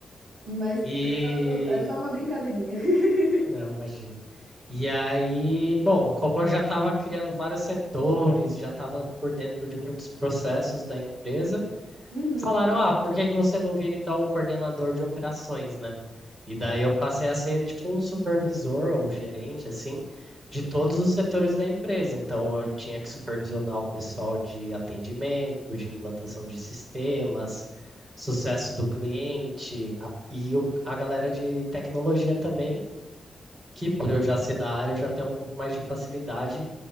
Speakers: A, on the right; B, on the right.
A: Mas
B: E.
A: não, eu tô- é só uma brincadeirinha. <laughs>
B: Não, imagina. E aí, bom, como eu já estava criando vários setores, já estava por dentro de muitos processos da empresa,
A: Uhum.
B: falaram, ah, por que que você não vira então um coordenador de operações, né? E daí eu passei a ser tipo um supervisor ou gerente, assim, de todos os setores da empresa. Então eu tinha que supervisionar o pessoal de atendimento, de implantação de sistemas, sucesso do cliente a- e o- a galera de tecnologia também, que por eu já ser da área, eu já tenho um pouco mais de facilidade